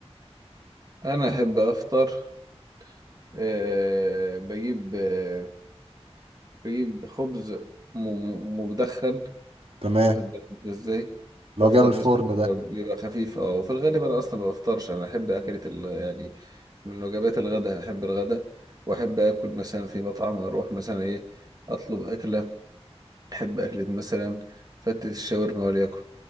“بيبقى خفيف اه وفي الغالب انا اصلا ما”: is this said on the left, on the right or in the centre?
Right